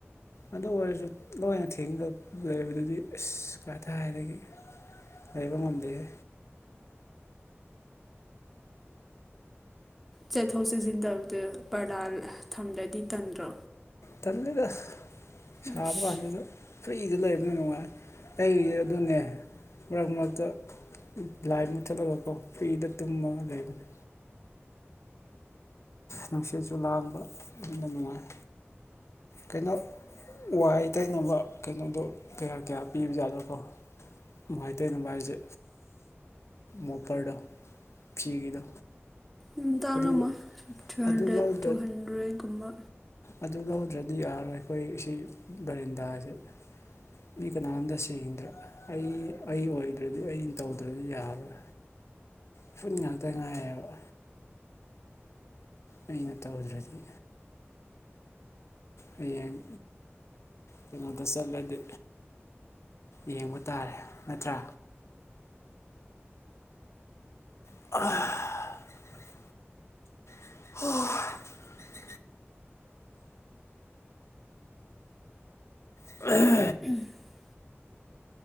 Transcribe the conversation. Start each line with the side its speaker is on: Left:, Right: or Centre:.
Left: ꯑꯗꯨ ꯑꯣꯏꯔꯁꯨ ꯂꯣꯏꯅ ꯊꯦꯡꯒ ꯂꯩꯕꯗꯨꯗꯤ ꯑꯁ ꯀꯥ ꯊ ꯍꯥꯏꯗꯒꯤ ꯂꯩꯕ ꯃꯗꯦꯦ
Centre: ꯆꯠꯊꯣꯛ ꯆꯠꯁꯤꯟ ꯇꯕꯗ ꯄꯔꯗꯥ ꯊꯝꯂ꯭ꯔꯗꯤ ꯇꯟꯗ꯭ꯔꯣ
Left: ꯇꯂꯗ ꯁꯥꯕ
Centre: ꯑꯁ
Left: ꯀꯥꯟꯁꯤꯗ ꯐ꯭ꯔꯤꯗ ꯂꯩꯕꯅ ꯅꯨꯡꯉꯥꯏ ꯑꯩ ꯑꯗꯨꯅꯦ ꯃꯔꯛ ꯃꯔꯛꯇ ꯂꯥꯏ ꯃꯨꯠꯊꯠꯂꯒꯀꯣ ꯐꯤꯗ ꯇꯨꯝꯃꯒ ꯂꯩꯕꯅꯦ ꯅꯨꯡꯁꯤꯠꯁꯨ ꯂꯥꯡꯕ ꯑꯗꯨꯅ ꯅꯨꯡꯉꯥꯏ ꯀꯩꯅꯣ ꯋꯥꯍꯩ ꯇꯩꯅꯕ ꯀꯩꯅꯣꯗꯣ ꯀꯌꯥ ꯀꯌꯥ ꯄꯤꯕꯖꯥꯠꯅꯣꯀꯣ ꯥꯏ ꯇꯩꯅꯕ ꯍꯥꯏꯁꯦ ꯃꯣꯄꯔꯗꯣ ꯐꯤꯒꯤꯗꯣ
Centre: ꯎꯝ ꯇꯥꯔꯝꯃꯣꯏ
Left: ꯑꯗꯨ
Centre: ꯊ꯭ꯔꯤ
Left: ꯑꯗꯨ
Centre: ꯍꯟꯗ꯭ꯔꯦꯠ
Left: ꯂꯧꯗ꯭ꯔ
Centre: ꯇꯨ ꯍꯟꯗ꯭ꯔꯦꯠꯀꯨꯝꯕ
Left: ꯑꯗꯨ ꯂꯧꯗ꯭ꯔꯗꯤ ꯌꯥꯔꯔꯣꯏ ꯑꯩꯈꯣꯏ ꯑꯁꯤ ꯕꯦꯔꯟꯗꯥꯁꯦ ꯃꯤ ꯀꯅꯥꯝꯇ ꯁꯦꯡꯗ꯭ꯔꯥ ꯑꯩ ꯑꯩ ꯑꯣꯏꯗ꯭ꯔꯗꯤ ꯑꯩꯅ ꯇꯧꯗ꯭ꯔꯗꯤ ꯌꯥꯔꯣꯏ ꯎꯐꯨꯟ ꯉꯥꯛꯇ ꯉꯥꯏꯔꯦꯕ ꯑꯩꯅ ꯇꯧꯗ꯭ꯔꯗꯤ ꯍꯌꯦꯡ ꯀꯩꯅꯣꯗ ꯆꯠꯂꯗꯤ ꯌꯦꯡꯕ ꯇꯥꯔꯦ ꯅꯠꯇ꯭ꯔꯥ <unintelligible> <unintelligible> <unintelligible>
Centre: <unintelligible>